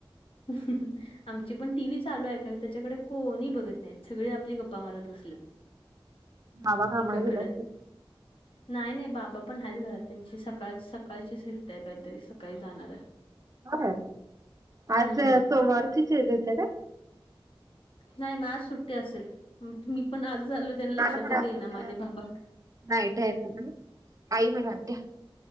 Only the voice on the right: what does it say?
बाबा कामाला
गेले असतील.
हा काय, आज
सोमवारची चेे देतेय का?
काल म्हणालतीत
नाईट हाय म्हणून, आई म्हणात्या